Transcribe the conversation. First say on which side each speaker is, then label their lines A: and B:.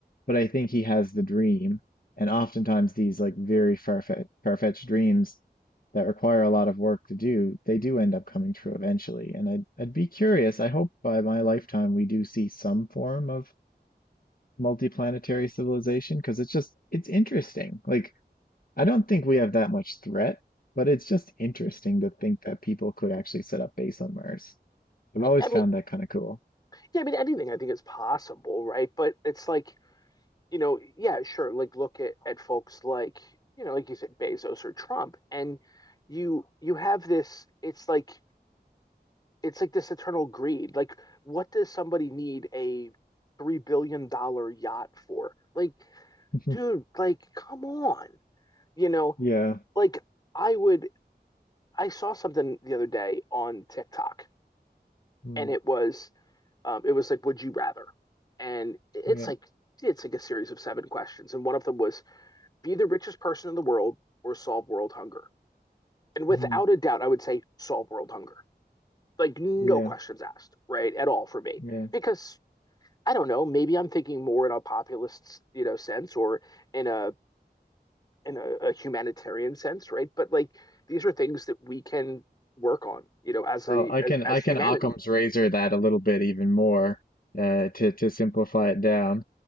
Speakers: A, on the left (about 55°); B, on the left (about 25°).
A: But I think he has the dream, and oftentimes these like very far-fetched far-fetched dreams that require a lot of work to do, they do end up coming true eventually. And I'd I'd be curious. I hope by my lifetime we do see some form of multiplanetary civilization because it's just it's interesting. Like I don't think we have that much threat, but it's just interesting to think that people could actually set up base on Mars. I've always
B: I
A: found
B: mean,
A: that kind of cool.
B: yeah, I mean anything I think is possible, right? But it's like you know, yeah, sure. Like look at at folks like, you know, like you said, Bezos or Trump, and you you have this. It's like it's like this eternal greed. Like, what does somebody need a three billion dollar yacht for? Like,
A: <laughs>
B: dude, like, come on. You know,
A: Yeah.
B: like I would. I saw something the other day on TikTok,
A: Mm.
B: and it was um, it was like, would you rather? And it's
A: Yeah.
B: like it's like a series of seven questions, and one of them was be the richest person in the world or solve world hunger. And without
A: Mhm.
B: a doubt, I would say solve world hunger. Like, no
A: Yeah.
B: questions asked, right? At all for me.
A: Yeah.
B: Because I don't know, maybe I'm thinking more in a populist, you know, sense or in a in a, a humanitarian sense, right? But like these are things that we can work on, you know, as a
A: Oh, I
B: as
A: can
B: as
A: I
B: humanity.
A: can Occam's razor that a little bit even more uh, to to simplify it down.